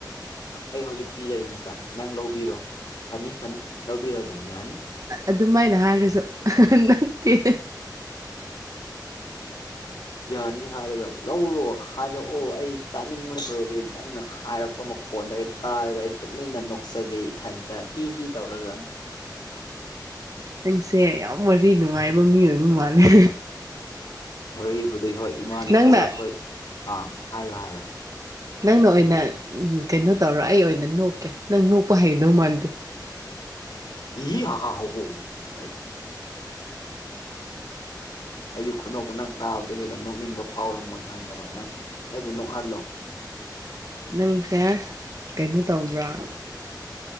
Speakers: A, on the left; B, on the right.
A: ꯑꯩ ꯍꯧꯖꯤꯛ ꯄꯤꯖꯔꯤ ꯃꯇꯝ ꯅꯪ ꯂꯧꯕꯤꯔꯣ ꯐꯅꯤ ꯐꯅꯤ ꯂꯧꯕꯤꯔꯣ ꯑꯗꯨꯝ ꯌꯥꯔꯅꯤ꯫
B: ꯑꯗꯨꯃꯥꯏꯅ ꯍꯥꯏꯔꯁꯨ ꯅꯠꯇꯦ꯫
A: <inaudible> ꯌꯥꯅꯤ ꯍꯥꯏꯔꯒ ꯂꯧꯔꯣ ꯍꯥꯏꯔꯛꯑꯣ ꯑꯩ ꯇꯥꯅꯤꯡꯕꯗꯤ ꯅꯪꯅ ꯍꯥꯏꯔꯛꯄ ꯈꯣꯟꯗ ꯑꯩ ꯇꯥꯔꯒ ꯑꯩ ꯇꯨꯃꯤꯟꯅ ꯅꯣꯛꯆꯒꯦ ꯏꯊꯟꯇ ꯍꯤ ꯍꯤ ꯇꯧꯔꯒ <inaudible>
B: ꯑꯩꯁꯦ ꯌꯥꯝ ꯋꯥꯔꯤ ꯅꯨꯡꯉꯥꯏꯕ ꯃꯤ ꯑꯣꯏꯕ ꯃꯥꯜꯂꯦ꯫
A: ꯋꯥꯔꯤꯕꯨꯗꯤ ꯍꯣꯏ ꯏꯃꯥꯅ
B: ꯅꯪꯅ
A: ꯄꯣꯛꯂꯛꯄ ꯑꯥ ꯍꯥꯏꯔꯣ ꯍꯥꯏꯔꯣ
B: ꯅꯪꯅ ꯑꯣꯏꯅ ꯀꯩꯅꯣ ꯇꯧꯔꯣ ꯑꯩ ꯑꯣꯏꯅ ꯅꯣꯛꯀꯦ ꯅꯪ ꯅꯣꯛꯄ ꯍꯩꯗꯧ ꯃꯥꯟꯗꯦ꯫
A: <unintelligible> ꯑꯩꯒꯤ ꯈꯨꯅꯣꯛꯇ ꯅꯪ ꯇꯥꯕꯗ ꯍꯦꯟꯅ ꯅꯣꯛꯅꯤꯡꯕ ꯐꯥꯎꯔꯝꯃꯣꯏ ꯈꯪꯉꯦꯕ ꯅꯪ ꯑꯩꯕꯨ ꯅꯣꯛꯍꯜꯂꯣ꯫
B: ꯅꯪꯁꯦ꯫ ꯀꯩꯅꯣ ꯇꯧꯕ꯭ꯔꯥ